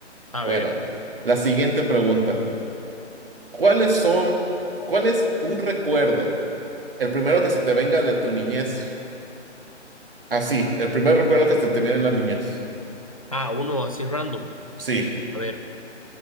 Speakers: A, on the left (about 30°); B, on the right (about 50°).
A: A
B: Bueno,
A: ver,
B: la siguiente pregunta. ¿Cuáles son, cuál es un recuerdo, el primero que se te venga de tu niñez? Ah, sí, el primer recuerdo que se te viene en la niñez.
A: ah, uno así random.
B: Sí,
A: A ver,